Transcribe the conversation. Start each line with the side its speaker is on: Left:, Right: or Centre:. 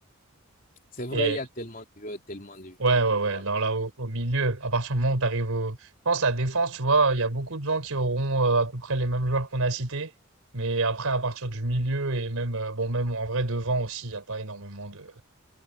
Left: C'est
Right: Et
Left: vrai, il y a tellement de joueurs, tellement de joueurs
Right: ouais,
Left: qu'on
Right: ouais,
Left: pourra
Right: ouais. Alors là, au, au milieu, à partir du moment où t'arrives au... Je pense la défense, tu vois, il y a beaucoup de gens qui auront euh, à peu près les mêmes joueurs qu'on a cités. Mais après, à partir du milieu et même, euh, bon, même en vrai, devant aussi, il n'y a pas énormément de,